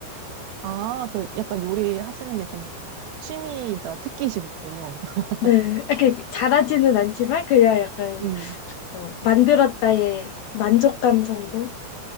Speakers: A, on the right; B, on the left.
A: 아, 그 약간 요리 하시는 게 좀 취미이자 특기시군요. <laughs>
B: 네, 이렇게 잘하지는 않지만 그냥 약간
A: 음.
B: 뭐 만들었다의 만족감 정도로.